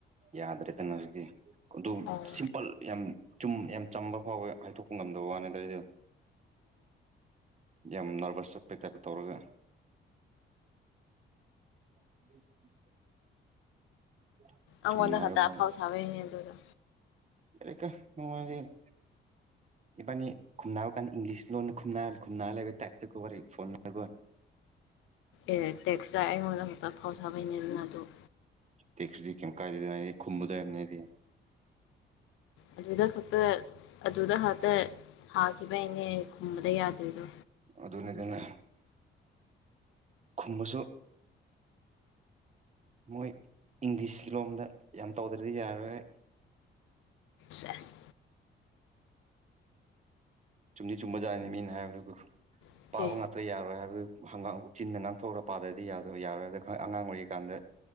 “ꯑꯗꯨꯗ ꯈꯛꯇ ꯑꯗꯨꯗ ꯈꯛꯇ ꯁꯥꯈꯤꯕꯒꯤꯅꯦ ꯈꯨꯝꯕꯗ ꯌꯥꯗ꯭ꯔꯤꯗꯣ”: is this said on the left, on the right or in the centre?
Left